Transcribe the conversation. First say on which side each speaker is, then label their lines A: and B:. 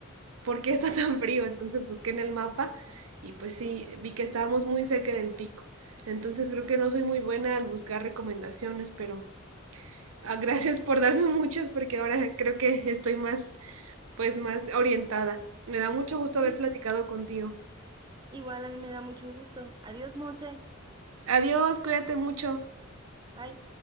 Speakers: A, on the right; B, on the right.
A: por qué está tan frío. Entonces busqué en el mapa y pues sí, vi que estábamos muy cerca del pico. Entonces creo que no soy muy buena al buscar recomendaciones, pero ah, gracias por darme <laughs> muchas porque ahora creo que estoy más, pues más orientada. Me da mucho gusto
B: Sí,
A: haber platicado contigo.
B: igual a mí me da mucho gusto. Adiós, Monse.
A: Adiós, cuídate mucho.
B: Bye.